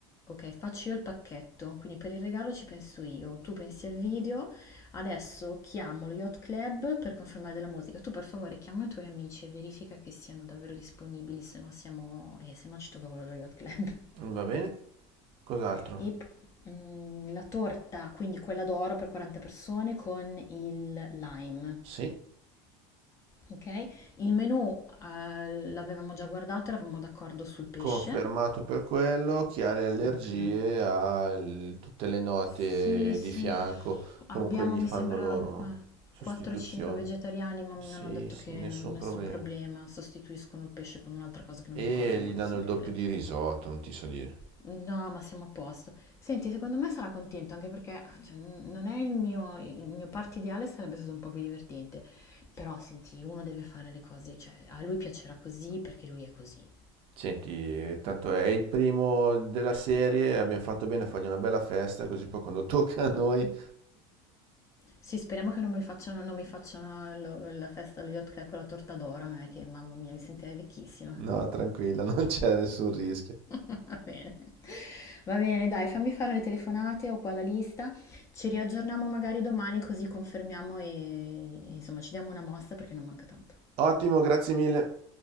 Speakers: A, on the left; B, on the right.
A: Ok, faccio io il pacchetto, quindi per il regalo ci penso io, tu pensi al video, adesso chiamo lo Yacht Club per confermare della musica, tu per favore chiama i tuoi amici e verifica che siano davvero disponibili, se no siamo, eh, se no ci tocca quello dello Yacht Club. <laughs>
B: Va bene? Cos'altro?
A: E p- mm, la torta, quindi quella d'oro per 40 persone con il lime,
B: Sì.
A: ok? Il menù eh, l'avevamo già guardato, eravamo d'accordo sul pesce,
B: Confermato per quello, chi ha le allergie
A: ok?
B: ha il- tutte le note
A: Sì, sì,
B: di fianco, comunque
A: abbiamo,
B: gli
A: mi
B: fanno
A: sembra,
B: loro
A: eh,
B: sostituzioni.
A: 4-5 vegetariani, ma
B: Sì,
A: mi hanno detto
B: sì,
A: che
B: nessun
A: nessun
B: problema.
A: problema, sostituiscono il pesce con un'altra cosa che
B: E
A: non mi ricordo,
B: gli
A: ma
B: danno
A: nessun
B: il
A: problema.
B: doppio di risotto, non ti so dire.
A: No, ma siamo a posto. Senti, secondo me sarà contento, anche perché cioè, n- non è il mio, il mio party ideale, sarebbe stato un po' più divertente. Però, senti, uno deve fare le cose, cioè, a lui piacerà così perché lui è così.
B: Senti, eh, tanto è il primo della serie, abbiamo fatto bene a fargli una bella festa, così poi quando tocca a noi,
A: Sì, speriamo che non mi facciano, non mi facciano lo- la festa allo Yacht Club con la torta d'oro, non è che, mamma mia, mi sentirei vecchissima.
B: no, tranquilla, <laughs> non c'è nessun rischio.
A: Va bene. Va bene, dai, fammi fare le telefonate, ho qua la lista. Ci riaggiorniamo magari domani così confermiamo e, e, insomma ci diamo una mossa perché non manca tanto.
B: Ottimo, grazie mille.